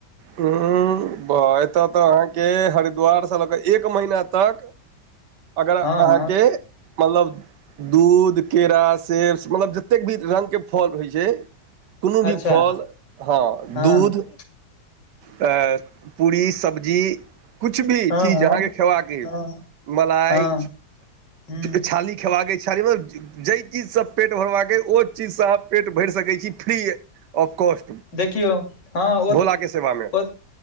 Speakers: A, on the right; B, on the left.
A: हं ब एतऽ तऽ अहाँके हरिद्वार से लऽ कऽ एक महीना तक अगर अहाँके
B: हँ हँ
A: मतलब दूध केरा सेब मतलब जतेक भी रंगके फल होइत छय कोनो भी
B: अच्छा
A: फल हँ
B: हँ
A: दूध तऽ पूड़री सब्जी किछ भी
B: हँ
A: चीज
B: हँ
A: अहाँके खेबाके
B: हँ
A: मलाई
B: हँ ह
A: छाली खेबाक के छी म जाहि चीजसँ पेट भरबाक अइ ओहि चीजसँ अहाँ पेट भरि सकइ छी फ्री ऑफ कॉस्ट
B: देखियउ हँ ओ
A: भोलाके सेवामे
B: ओ